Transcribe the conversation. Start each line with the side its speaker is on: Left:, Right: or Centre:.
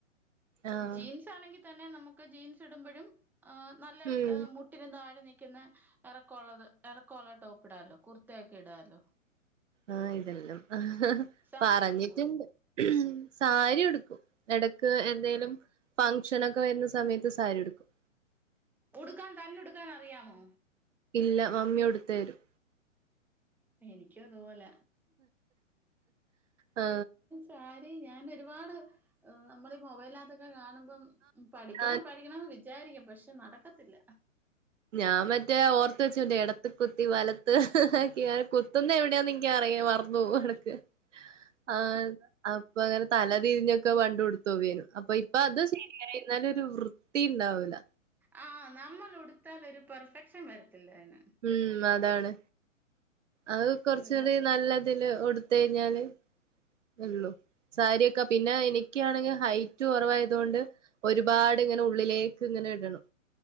Right: ആഹ്
Centre: ജീൻസ് ആണെങ്കി തന്നെ നമുക്ക് ജീൻസ് ഇടുമ്പോഴും ആഹ് നല്ല
Right: ഉം
Centre: മു പിന്നെ താഴെ നിക്കുന്ന എറക്കൊള്ളത് എറക്കൊള്ള ടോപ്പ് ഇടാല്ലോ കുർത്തയൊക്കെ ഇടാല്ലോ
Right: ആഹ് ഇതെല്ലാം ആഹ്
Centre: സാരി
Right: പറഞ്ഞിട്ടുണ്ട്
Centre: ഉടുക്കോ
Right: സാരി ഉടുക്കും എടക്ക് എന്തേലും ഫംഗ്ഷനൊക്കെ വരുന്ന സമയത്ത് സാരി ഉടുക്കും
Centre: ഉടുക്കാൻ തന്നെ ഉടുക്കാൻ അറിയാമോ
Right: ഇല്ല മമ്മി ഉടുത്ത് തരും
Centre: എനിക്കും അതുപോല
Right: ആഹ്
Centre: കാര്യം ഞാൻ ഒരുപാട് ഓഹ് നമ്മള് ഈ മൊബേലാത്തൊക്കെ കാണുമ്പം ഉം പഠിക്കണം
Right: ആഹ്
Centre: പഠിക്കണം എന്ന് വിചാരിക്കും പക്ഷെ നടക്കത്തില്ല
Right: ഞാൻ മറ്റേ ഓർത്ത് വെച്ചോന്റെ എടത്ത് കുത്തി വലത്ത് കുത്തുന്ന എവിടെയാ എനിക്ക് അറിയും മറന്നു പോകും എടക്ക് ആ അപ്പ അങ്ങനെ തല തിരിഞ്ഞ് ഒക്കെ പണ്ട് ഉടുത്തു പോവാരുന്ന് അപ്പ ഇപ്പ അത് ശീ ല്ലായി ഇരുന്നാലും ഒരു വൃത്തി ഇണ്ടാവൂല
Centre: ആഹ് നമ്മൾ ഉടുത്താൽ ഒരു പെർഫെക്ഷൻ വര്ത്തില്ല അയിന്
Right: ഉം അതാണ് അത് കൊറച്ച്
Centre: അതിന്
Right: കൂടി നല്ലതില് ഉടുത്തഴിഞ്ഞാല് ഇള്ളു സാരിയൊക്കെ പിന്നെ എനിക്ക് ആണെങ്കി ഹൈറ്റ് കൊറവായത് കൊണ്ട് ഒരുപാട് ഇങ്ങനെ ഉള്ളിലേക്ക് ഇങ്ങനെ ഇടണം